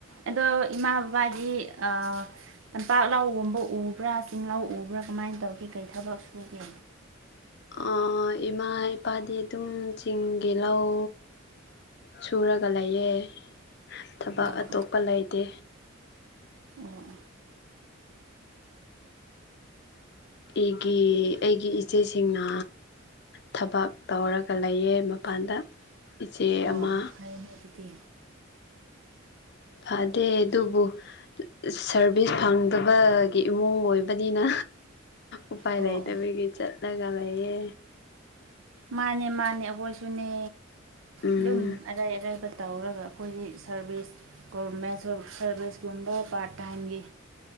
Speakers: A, on the right; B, on the left.
A: ꯑꯗꯣ ꯏꯃꯥ ꯕꯕꯥꯗꯤ ꯑ ꯇꯝꯄꯥꯛ ꯂꯥꯎꯒꯨꯝꯕ ꯎꯕ꯭ꯔꯥ ꯆꯤꯡ ꯂꯥꯎ ꯎꯕ꯭ꯔꯥ ꯀꯃꯥꯏꯅ ꯇꯧꯒꯦ ꯀꯩ ꯊꯕꯛ ꯁꯨꯒꯦ
B: ꯑꯥ ꯏꯃꯥ ꯏꯄꯥꯗꯤ ꯑꯗꯨꯝ ꯆꯤꯡꯒꯤ ꯂꯧ ꯁꯨꯔꯒ ꯂꯩꯌꯦ ꯊꯕꯛ
A: ꯑꯣ
B: ꯑꯇꯣꯞꯄ
A: ꯑꯣ
B: ꯂꯩꯇꯦ
A: ꯑꯣꯑꯣ
B: ꯑꯩꯒꯤ ꯑꯩꯒꯤ ꯏꯆꯦꯁꯤꯡꯅ ꯊꯕꯛ ꯇꯧꯔꯒ ꯂꯩꯌꯦ ꯃꯄꯥꯟꯗ ꯏꯆꯦ
A: ꯑꯣ
B: ꯑꯃ
A: ꯐꯩꯅꯦ ꯑꯗꯨꯗꯤ
B: ꯐꯗꯦ ꯑꯗꯨꯕꯨ ꯁꯔꯚꯤꯁ ꯐꯪꯗꯕꯒꯤ ꯏꯃꯨꯡ ꯑꯣꯏꯕꯅꯤꯅ ꯎꯄꯥꯏ
A: ꯑꯣ
B: ꯂꯩꯇꯕꯤꯒꯤ ꯆꯠꯂꯒ ꯂꯩꯌꯦ
A: ꯃꯥꯅꯦ ꯃꯥꯅꯦ ꯑꯩꯈꯣꯏꯁꯨꯅꯦ
B: ꯎꯝ
A: ꯑꯗꯨꯝ ꯑꯔꯩ ꯑꯔꯩꯕꯗ ꯇꯧꯔꯒ ꯑꯩꯈꯣꯏꯒꯤ ꯁꯥꯔꯚꯤꯁ ꯒꯣꯔꯚꯔꯃꯦꯟ ꯁꯥꯔꯚꯤꯁꯀꯨꯝꯕ ꯄꯥꯔꯠ ꯇꯥꯏꯝꯒꯤ